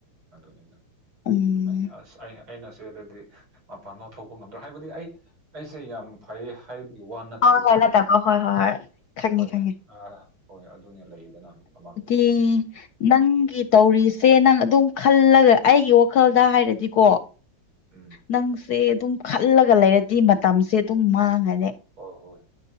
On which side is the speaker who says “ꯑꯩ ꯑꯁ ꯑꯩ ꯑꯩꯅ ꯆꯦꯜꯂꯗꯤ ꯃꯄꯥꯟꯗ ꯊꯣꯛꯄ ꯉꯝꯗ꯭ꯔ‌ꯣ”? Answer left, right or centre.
Right